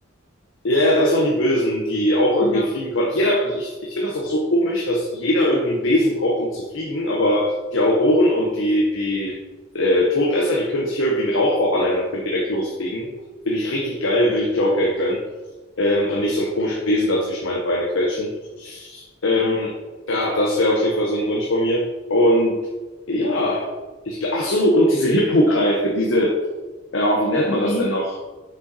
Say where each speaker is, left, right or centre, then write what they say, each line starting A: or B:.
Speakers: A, on the left; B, on the left.
A: ja, ja, das waren die Bösen, die auch irgendwie
B: Ja.
A: fliegen konnten. Jeder, ich, ich finde das auch so komisch, dass jeder irgendwie einen Besen braucht, um zu fliegen, aber die Auroren und die, die äh, Todesser, die können sich irgendwie einen Rauch verwandeln und können direkt losfliegen. Finde ich richtig geil, würde ich auch gern können. Ähm, und nicht so einen komischen Besen da zwischen meine Beine quetschen. Ähm, ja, das wäre auf jeden Fall so ein Wunsch von mir. Und ja, ich, gl- ach so, und diese Hippogreife, diese, ja, wie nennt
B: Sind
A: man das
B: die?
A: denn noch?